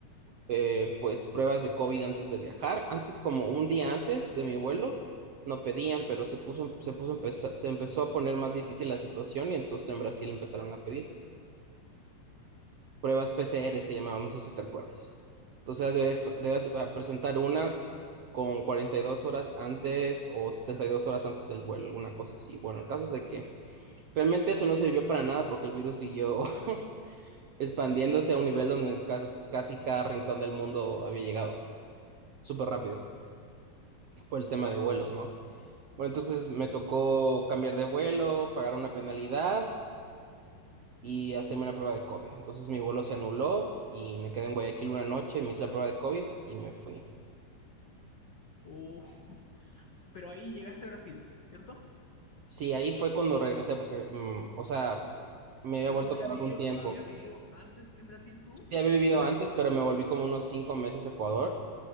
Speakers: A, on the right (about 75°); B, on the left (about 80°).
A: eh, pues pruebas de COVID antes de viajar. Antes, como un día antes de mi vuelo, no pedían, pero se puso, se puso, empeza- se empezó a poner más difícil la situación y entonces en Brasil empezaron a pedir pruebas PCR, se llamaban, no sé si te acuerdas. Entonces debes, debes eh, presentar una con 42 horas antes o 72 horas antes del vuelo, alguna cosa así. Bueno, el caso es de que realmente eso no sirvió para nada porque el virus siguió <laughs> expandiéndose a un nivel donde ca- casi cada rincón del mundo había llegado, súper rápido. por el tema de vuelos, ¿no? Bueno, entonces me tocó cambiar de vuelo, pagar una penalidad y hacerme una prueba de COVID. Entonces mi vuelo se anuló y me quedé en Guayaquil una noche, me hice la prueba de COVID y me fui.
B: Uh, pero ahí llegaste a Brasil, ¿cierto?
A: Sí, ahí fue cuando regresé porque, mm, o sea, me había
B: Pero
A: vuelto
B: tú habías
A: a Ecuador
B: vivido,
A: un tiempo.
B: habías vivido antes en Brasil tú
A: Sí, había
B: y
A: vivido
B: después
A: antes,
B: regresaste,
A: pero me volví como unos cinco meses a Ecuador